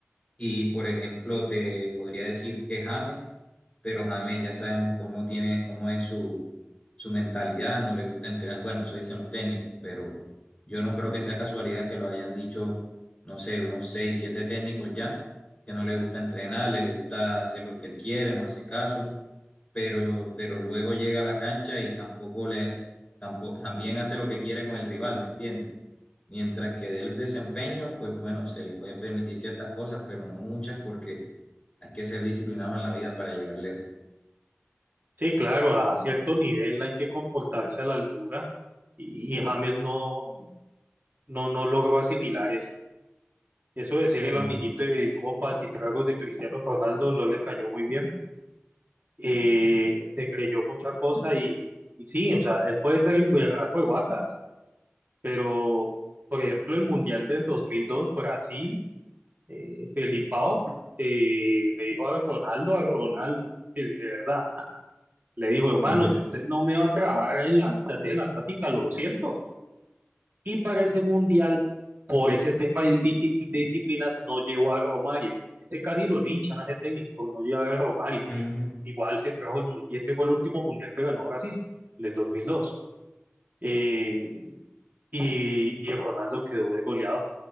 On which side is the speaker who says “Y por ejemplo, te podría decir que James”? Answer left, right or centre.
Left